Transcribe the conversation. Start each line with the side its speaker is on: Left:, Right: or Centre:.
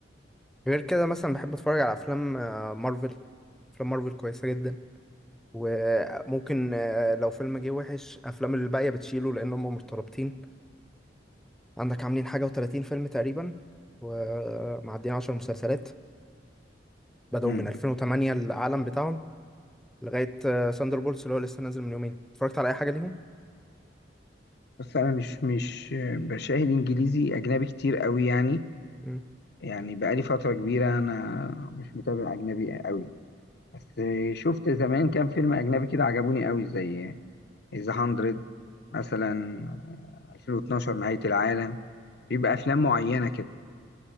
Centre: غير كده مثلا بحب اتفرج على افلام آه، مارفل افلام مارفل كويسه جدا وممكن آه، لو فيلم جه وحش افلام اللي الباقيه بتشيله لان هم مرتبطين عندك عاملين حاجه و30 فيلم تقريبا ومعديين 10 مسلسلات بدأوا
Left: امم
Centre: من 2008 العالم بتاعهم لغايه ساندر بولتس اللي هو لسه نازل من يومين اتفرجت على اي حاجه ليهم
Left: بس انا مش مش بشاهد انجليزي اجنبي كتير قوي يعني
Centre: مم.
Left: يعني بقالي فترة كبيرة انا مش متابع اجنبي قوي بس شفت زمان كام فيلم اجنبي كده عجبوني قوي زي ذا 100 مثلا 2012 نهاية العالم بيبقى افلام معينة كده